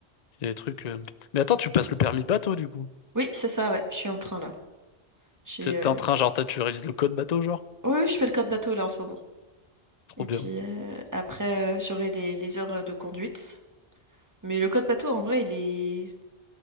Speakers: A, on the left; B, on the right.
A: il y a des trucs. euh. Mais attends, tu passes le permis bateau du coup.
B: Oui, c'est ça, ouais. Je suis en train là. J'ai.
A: T'es t'es
B: euh,
A: en train, genre, t'as- tu révises le code bateau, genre?
B: Oui, oui, je fais le code bateau là en ce moment.
A: Trop
B: Et puis
A: bien.
B: euh, après, euh, j'aurai les, les heures euh, de conduite. Mais le code bateau, en vrai, il est,